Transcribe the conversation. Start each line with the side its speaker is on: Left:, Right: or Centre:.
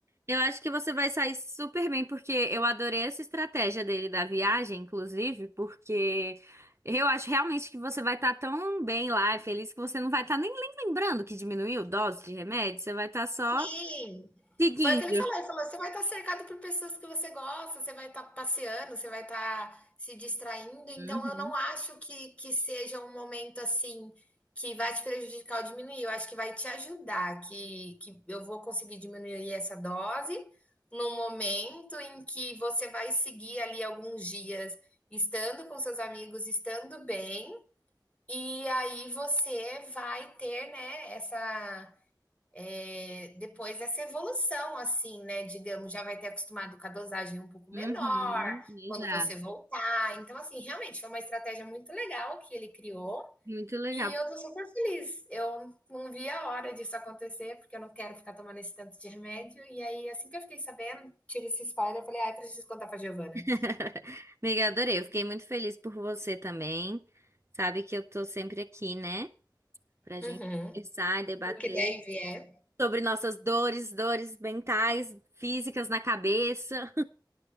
Right: Eu acho que você vai sair super bem, porque eu adorei essa estratégia dele da viagem, inclusive, porque eu acho realmente que você vai estar tão bem lá, feliz, que você não vai estar nem lem- lembrando que diminuiu dose de remédio, você vai estar só
Left: Sim,
Right: seguindo.
Left: foi o que ele falou, ele falou: "Você vai estar cercado por pessoas que você gosta, você vai estar passeando, você vai estar se distraindo, então
Right: Uhum,
Left: eu não acho que que seja um momento, assim, que vai te prejudicar ou diminuir, eu acho que vai te ajudar, que que eu vou conseguir diminuir essa dose, no momento em que você vai seguir ali alguns dias estando com seus amigos, estando bem, E aí você vai ter, né, essa é, depois essa evolução, assim, né? Digamos, já vai ter acostumado com a dosagem um pouco menor
Right: uhum, exato.
Left: quando você voltar. Então, assim, realmente foi uma estratégia muito legal que ele criou.
Right: Muito legal.
Left: E eu tô super feliz. Eu não vi a hora disso acontecer, porque eu não quero ficar tomando esse tanto de remédio. E aí, assim que eu fiquei sabendo, tirei esse spoiler, eu falei, ah, eu preciso contar pra Giovana.
Right: <laughs> Amiga, adorei. Eu fiquei muito feliz por você também. Sabe que eu tô sempre aqui, né? Pra
Left: Uhum.
Right: gente conversar e debater.
Left: Porque daí vier
Right: sobre nossas dores, dores mentais, físicas na cabeça.